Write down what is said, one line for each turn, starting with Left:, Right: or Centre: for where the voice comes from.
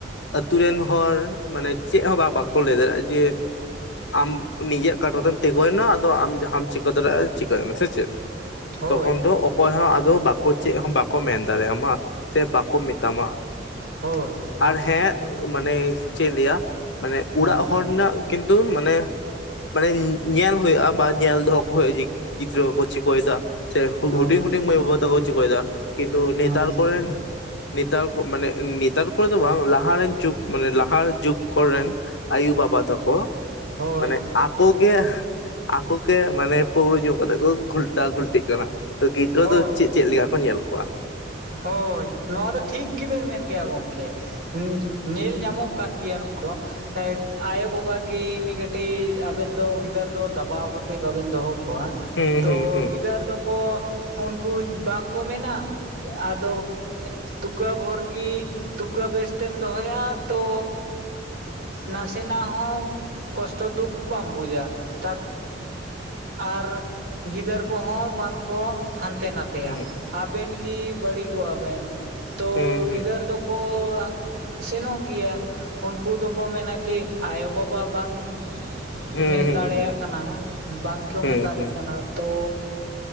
Left: ᱟᱹᱛᱩᱨ ᱨᱮᱱ ᱦᱚᱲ ᱢᱟᱱᱮ ᱪᱮᱫ ᱦᱚᱸ ᱵᱟ ᱵᱟᱠᱚ ᱞᱟᱹᱭ ᱫᱟᱲᱮᱭᱟᱜᱼᱟ ᱡᱮ ᱟᱢ ᱱᱤᱡᱮᱨ ᱠᱟᱴᱟ ᱛᱮᱢ ᱛᱮᱜᱚᱭᱱᱟ ᱟᱫᱚ ᱟᱢ ᱡᱟᱦᱟᱸᱟᱢ ᱪᱤᱠᱟᱹ ᱫᱟᱲᱮᱭᱟᱜᱼᱟ ᱪᱤᱠᱟᱹᱭ ᱢᱮ ᱥᱮ ᱪᱮᱫ
Right: ᱦᱳᱭ
Left: ᱛᱚᱠᱷᱚᱱ ᱫᱚ ᱚᱠᱚᱭ ᱦᱚᱸ ᱟᱫᱚ ᱵᱟᱠᱚ ᱪᱮᱫ ᱦᱚᱸ ᱵᱟᱠᱚ ᱠᱚ ᱢᱮᱱ ᱫᱟᱲᱮᱭᱟᱢᱟ ᱥᱮ ᱵᱟᱠᱚ ᱢᱮᱛᱟᱢᱟ
Right: ᱦᱳᱭ
Left: ᱟᱨ ᱦᱮᱸ ᱢᱟᱱᱮ ᱪᱮᱫ ᱤᱧ ᱞᱟᱹᱭᱟ ᱢᱟᱱᱮ
Right: ᱦᱮᱸ
Left: ᱚᱲᱟᱜ ᱦᱚᱲ ᱨᱮᱱᱟᱜ ᱠᱤᱱᱛᱩ ᱢᱟᱱᱮ ᱢᱟᱱᱮ ᱧᱮᱞ ᱦᱩᱭᱩᱜᱼᱟ ᱵᱟ ᱧᱮᱞ ᱫᱚᱦᱚ ᱠᱚ ᱦᱩᱭᱩᱜᱼᱟ ᱡᱮ ᱜᱤᱫᱽᱨᱟᱹ ᱠᱚ ᱪᱤᱠᱟᱹᱭ ᱫᱟ ᱥᱮ
Right: ᱦᱳᱭ
Left: ᱦᱩᱰᱤᱝ ᱦᱩᱰᱤᱝ ᱢᱟᱹᱭ ᱵᱟᱹᱵᱩ ᱛᱟᱠᱚ ᱠᱚ ᱪᱤᱠᱟᱹᱭ ᱫᱟ ᱠᱤᱱᱛᱩ
Right: ᱦᱮᱸ
Left: ᱱᱮᱛᱟᱨ ᱠᱚᱨᱮᱱ ᱱᱮᱛᱟᱨ ᱠᱚ ᱢᱟᱱᱮ ᱱᱮᱛᱟᱨ ᱠᱚᱨᱮ ᱫᱚ ᱵᱟᱝ ᱞᱟᱦᱟ ᱨᱮᱱ ᱡᱩᱠᱽ ᱢᱟᱱᱮ ᱞᱟᱦᱟ ᱡᱩᱠᱽ ᱠᱚᱨᱮᱱ ᱟᱹᱭᱳ ᱵᱟᱵᱟ ᱛᱟᱠᱚ
Right: ᱦᱳᱭ
Left: ᱢᱟᱱᱮ ᱟᱠᱚ ᱜᱮ ᱟᱠᱚ ᱜᱮ ᱢᱟᱱᱮ ᱯᱟᱹᱣᱨᱟᱹ ᱧᱩ ᱠᱟᱛᱮᱫ ᱠᱚ ᱜᱷᱳᱞᱴᱟᱣ ᱜᱷᱩᱞᱴᱤᱜ ᱠᱟᱱᱟ ᱛᱚ ᱜᱤᱫᱽᱨᱟᱹ
Right: ᱦᱳᱭ
Left: ᱫᱚ ᱪᱮᱫ ᱪᱮᱫ ᱞᱮᱠᱟ ᱠᱚ ᱧᱮᱞ ᱠᱚᱣᱟ
Right: ᱦᱳᱭ ᱱᱚᱣᱟ ᱫᱚ ᱴᱷᱤᱠ ᱜᱮᱵᱮᱱ ᱢᱮᱱ ᱠᱮᱜᱼᱟ ᱜᱚᱢᱠᱮ ᱦᱩ ᱧᱮᱞ ᱧᱟᱢᱚᱜ ᱠᱟᱱ ᱜᱮᱭᱟ ᱱᱚᱣᱟ ᱫᱚ ᱮᱫ ᱟᱭᱳ ᱵᱟᱵᱟ ᱜᱮ ᱢᱤᱫ ᱠᱟᱹᱴᱤᱡ ᱟᱵᱮᱱ ᱫᱚ ᱜᱤᱫᱟᱹᱨ ᱫᱚ ᱫᱟᱵᱟᱣ ᱠᱟᱛᱮᱫ ᱵᱟᱵᱮᱱ ᱫᱚᱦᱚ ᱠᱚᱣᱟ
Left: ᱦᱩᱸ
Right: ᱛᱚ
Left: ᱦᱩᱸ ᱦᱩᱸ
Right: ᱜᱤᱫᱟᱹᱨ ᱫᱚᱠᱚ ᱩᱱᱠᱩ ᱵᱟᱝᱠᱚ ᱢᱮᱱᱟ ᱟᱫᱚ ᱛᱩᱠᱟᱹ ᱵᱷᱳᱨ ᱜᱮ ᱛᱩᱠᱟᱹ ᱵᱮᱥ ᱛᱮᱢ ᱫᱚᱦᱚᱭᱟ ᱛᱚ ᱱᱟᱥᱮᱱᱟᱜ ᱦᱚᱸ ᱠᱚᱥᱴᱚ ᱫᱩᱠ ᱵᱟᱢ ᱵᱩᱡᱟ <unintelligible> ᱟᱨ ᱜᱤᱫᱟᱹᱨ ᱠᱚᱦᱚᱸ ᱵᱟᱝᱠᱚ ᱦᱟᱱᱛᱮ ᱱᱟᱛ ᱛᱮᱭᱟ
Left: ᱦᱩᱸ
Right: ᱟᱵᱮᱱ ᱜᱤ ᱵᱟᱹᱲᱤᱜᱚ-ᱟ ᱵᱮᱱ ᱛᱚ
Left: ᱦᱩᱸ ᱦᱩᱸ
Right: ᱜᱤᱫᱟᱹᱨ ᱫᱚᱠᱚ ᱥᱮᱱᱚᱜ ᱜᱮᱭᱟ ᱩᱱᱠᱩ ᱫᱚᱠᱚ ᱢᱮᱱᱟ ᱠᱤ ᱟᱭᱳ ᱵᱟᱵᱟ ᱵᱟᱝ
Left: ᱦᱩᱸ
Right: ᱢᱮᱱ
Left: ᱦᱩᱸ
Right: ᱫᱟᱲᱮᱭᱟᱜ
Left: ᱦᱩᱸ
Right: ᱠᱟᱱᱟ ᱵᱟᱝ ᱠᱚ ᱢᱮᱛᱟᱞᱮ
Left: ᱦᱩᱸ ᱦᱩᱸ
Right: ᱠᱟᱱᱟ ᱛᱚ